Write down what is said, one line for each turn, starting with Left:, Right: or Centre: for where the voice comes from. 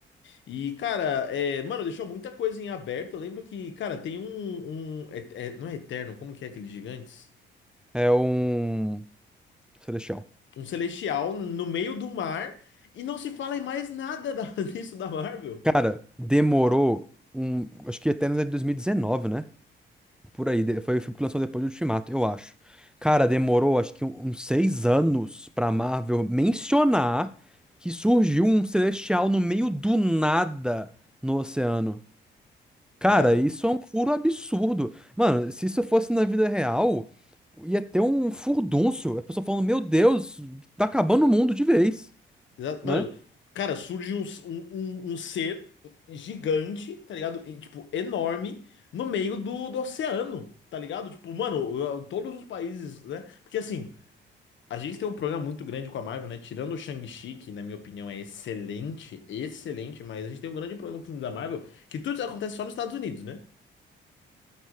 Left: E, cara, é, mano, deixou muita coisa em aberto. Eu lembro que, cara, tem um, um- é- é- não é Eterno, como que é aqueles gigantes?
Centre: É um... Celestial.
Left: Um celestial no meio do mar e não se fala em mais nada da- <laughs> disso da Marvel.
Centre: Cara, demorou um... Acho que até no ano de 2019, né? Por aí, de- foi o filme que lançou depois do Ultimato, eu acho. Cara, demorou acho que um- uns seis anos pra Marvel mencionar que surgiu um celestial no meio do nada no oceano. Cara,
Left: Cara.
Centre: isso é um furo absurdo. Mano, se isso fosse na vida real, ia ter um furdúncio. A pessoa falando, meu Deus, tá acabando o mundo de vez,
Left: Exa-
Centre: né?
Left: Mano, cara, surge um, um, um- um ser gigante, tá ligado? E, tipo, enorme no meio do, do oceano, tá ligado? Tipo, mano, eu- todos os países, né? Porque assim, a gente tem um problema muito grande com a Marvel, né? Tirando o Shang-Chi, que na minha opinião é excelente, excelente, mas a gente tem um grande problema com o filme da Marvel, que tudo acontece só nos Estados Unidos, né?